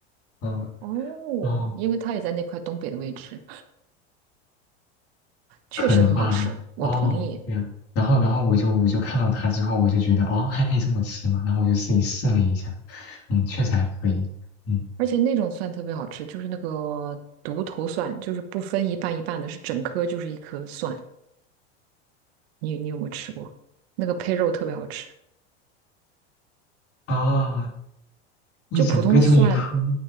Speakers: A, on the left (about 45°); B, on the right (about 70°).
A: 嗯，
B: 哦，
A: 哦。
B: 因为他也在那块东北的位置，确实很好吃，
A: 可能吧。
B: 我同意。
A: 哦，对呀。然后，然后我就我就看到它之后，我就觉得哦，还可以这么吃嘛。然后我就自己试了一下，嗯，确实还可以。嗯
B: 而且那种蒜特别好吃，就是那个独头蒜，就是不分一半一半的，是整颗就是一颗蒜。你你有没有吃过？那个配肉特别好吃，
A: 啊，一整个就一颗。
B: 就普通的蒜，